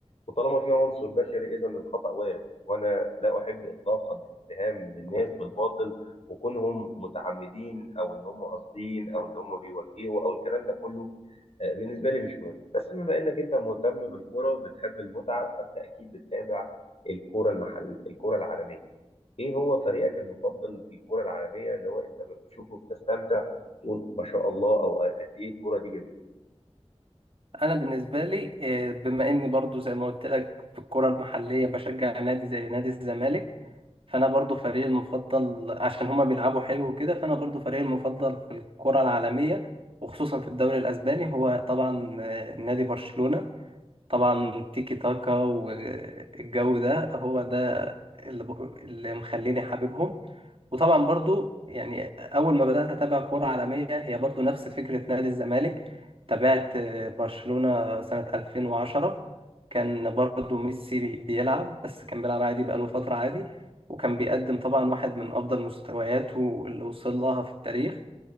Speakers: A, on the left; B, on the right.
A: وطالما في عنصر بشري اذا الخطأ وارد وانا لا احب اطلاقا الاتهام للناس بالباطل وكونهم متعمدين او ان هم قاصدين او ان هم بيوجهوا او الكلام ده كله آه، بالنسبه لي مش مهم بس بما انك انت مهتم بالكوره وبتحب المتعه فانت اكيد بتتابع الكوره المحل الكوره العالميه ايه هو فريقك المفضل الكوره العالميه اللي هو انت بتشوفه بتستمتع تقول ما شاء الله او قد ايه الكوره دي جميله
B: انا بالنسبة لي آه، بما اني برضو زي ما قلت لك في الكرة المحلية بشجع نادي زي نادي الزمالك فانا برضو فريقي المفضل عشان هما بيلعبوا حلو وكده فانا برضو فريقي المفضل في الكرة العالمية وخصوصا في الدوري الاسباني هو طبعا آه، نادي برشلونة طبعا تيكي تاكا والجو ده هو ده اللي, ب... اللي مخليني حاببهم وطبعا برضو يعني اول ما بدات اتابع كوره عالميه هي برضو نفس فكره نادي الزمالك تابعت آه، برشلونه سنه 2010 كان برضو ميسي بي- بيلعب بس كان بيلعب عادي بقاله فتره عادي وكان بيقدم طبعا واحد من افضل مستوياته اللي وصل لها في التاريخ